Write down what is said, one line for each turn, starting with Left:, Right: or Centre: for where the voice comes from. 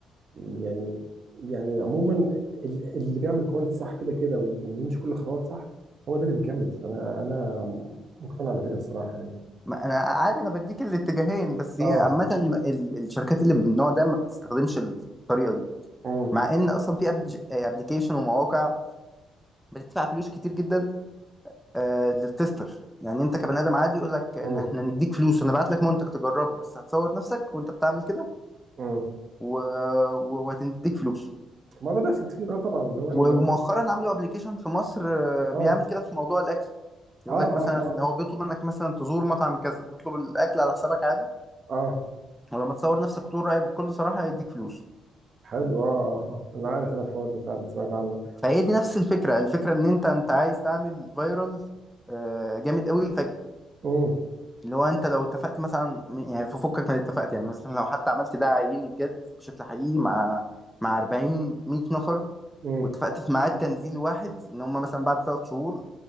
Right: يعني يعني عموما ال- اللي بيعمل كواليتي صح كده كده و- وبيمشي كل الخطوات صح هو ده اللي بيكمل انا انا مقتنع بكده الصراحه يعني
Centre: ما انا عادي انا بديك الاتجاهين بس
Right: اه
Centre: هي عامه ال- الشركات اللي من النوع ده ما بتستخدمش الطريقه دي
Right: امم
Centre: مع ان اصلا في ابلكيشن ومواقع بتدفع فلوس كتير جدا آه للتستر يعني انت كبني ادم عادي يقول لك إن
Right: امم
Centre: احنا هنديك فلوس هنبعت لك منتج تجربه بس هتصور نفسك وانت بتعمل كده
Right: امم
Centre: و... وهتديك فلوس
Right: ما ده بيحصل كتير اه طبعا اللي هو ال-
Centre: ومؤخرا عملوا ابلكيشن في مصر آه، بيعمل
Right: اه
Centre: كده في موضوع الاكل يقول
Right: اه اه
Centre: لك مثلا
Right: اه
Centre: إن هو بيطلب منك مثلا تزور مطعم كذا وتطلب الاكل على حسابك عادي
Right: اه
Centre: ولما تصور نفسك وتقول رايك بكل صراحه هيديك فلوس
Right: حلو اه اه, آه. انا عارف انا الحوار ده فعلا سمعت عنه
Centre: فهي دي نفس الفكره الفكره ان انت انت عايز تعمل فايرال جامد قوي فجاه
Right: امم
Centre: اللي هو انت لو اتفقت مثلا يعني في فكك من اتفقت يعني مثلا لو حتى عملت ده عيني بجد بشكل حقيقي مع مع 40 100 نفر
Right: امم
Centre: واتفقت في ميعاد تنزيل واحد ان هم مثلا بعد ثلاث شهور